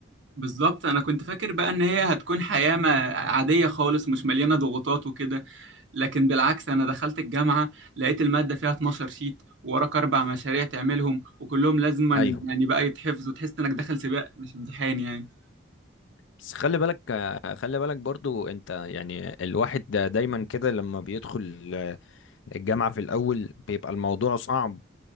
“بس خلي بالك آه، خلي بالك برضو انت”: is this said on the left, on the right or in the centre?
Left